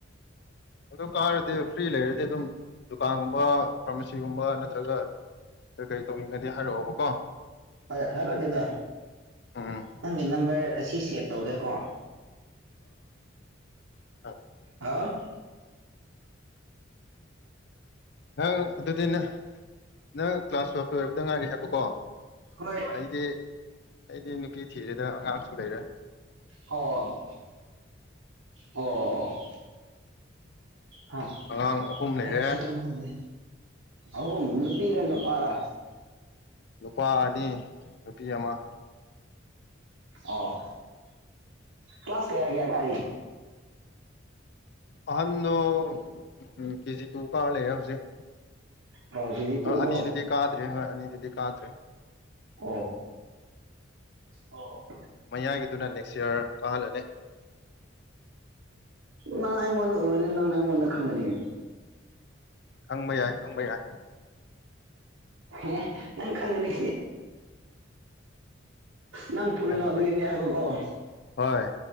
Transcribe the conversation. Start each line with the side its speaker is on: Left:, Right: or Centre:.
Left: ꯎ ꯑꯗꯨ ꯀꯥꯔꯗꯤ ꯐ꯭ꯔꯤ ꯂꯩꯔꯗꯤ ꯑꯗꯨꯝ ꯗꯨꯀꯥꯟꯒꯨꯝꯕ ꯐꯥꯔꯃꯥꯁꯤꯒꯨꯝꯕ ꯅꯠꯇ꯭ꯔꯒ ꯀꯩ ꯀꯩ ꯇꯧꯅꯤꯡꯉꯗꯤ ꯍꯥꯏꯔꯛꯑꯣꯕꯀꯣ
Right: ꯍ ꯍꯥꯏꯔꯛꯒꯦꯗ
Left: ꯎꯝ
Right: ꯅꯪꯒꯤ ꯅꯝꯕꯔ ꯑꯁꯤ ꯁꯦꯚ ꯇꯧꯒꯦꯀꯣ
Left: ꯑ
Right: ꯍꯥ
Left: ꯍꯥꯎ ꯑꯗꯨꯗꯤꯅ ꯅꯪ ꯀ꯭ꯂꯥꯁ ꯇꯨꯌꯦꯜꯞꯇ ꯂꯣꯏꯔꯕꯗ ꯉꯥꯏꯔꯦ ꯍꯥꯏꯕꯀꯣ
Right: ꯍꯣꯏ
Left: ꯑꯩꯗꯤ ꯑꯩꯗꯤ ꯅꯨꯄꯤ ꯊꯤꯔꯦꯗ ꯑꯉꯥꯡꯁꯨ ꯂꯩꯔꯦ
Right: ꯑꯣ ꯑꯣ ꯑꯣ ꯍꯥꯥ
Left: ꯑꯉꯥꯡ ꯑꯍꯨꯝ ꯂꯩꯔꯦ
Right: ꯑꯦꯇꯅꯦ ꯑꯍꯨꯝ ꯅꯨꯄꯤꯔ ꯅꯨꯄꯥꯔ
Left: ꯅꯨꯄꯥ ꯑꯅꯤ ꯅꯨꯄꯤ ꯑꯃ
Right: ꯑꯣ ꯀ꯭ꯂ꯭ꯂꯥꯁ ꯀꯌꯥ ꯀꯌꯥ ꯀꯥꯔꯤ
Left: ꯑꯍꯟꯗꯨ ꯎꯝ ꯀꯦꯖꯤ ꯇꯨꯀꯥꯔ ꯂꯩꯔꯦ ꯍꯧꯖꯤꯛ
Right: ꯍꯥꯎ ꯁꯤꯖꯤ ꯇꯤꯀꯣ
Left: ꯑꯅꯤꯗꯨꯗꯤ ꯀꯥꯗ꯭ꯔꯦ ꯍꯣꯏ ꯑꯅꯤꯗꯨꯗꯤ ꯀꯥꯗ꯭ꯔꯦ
Right: ꯑꯣ ꯑꯣ
Left: ꯃꯌꯥꯏꯒꯤꯗꯨꯅ ꯅꯦꯛꯁ ꯌꯤꯔ ꯀꯍꯜꯂꯅꯦ
Right: ꯅꯪ ꯑꯩꯉꯣꯟꯗ ꯑꯣꯏꯗ ꯅꯪ ꯑꯩꯉꯣꯟꯗ ꯈꯡꯍꯜꯂꯤꯅꯦ
Left: ꯈꯪꯕ ꯌꯥꯏ ꯈꯡꯕ ꯌꯥꯏ
Right: ꯍꯦ ꯅꯪ ꯈꯪꯒꯅꯤ ꯅꯪ ꯄꯨꯟꯂꯣ
Left: ꯈꯪꯕ
Right: ꯑꯗꯨꯒꯅꯦ
Left: ꯌꯥꯏ
Right: ꯍꯥꯏꯔꯛꯑꯣꯀꯣ
Left: ꯍꯣꯏ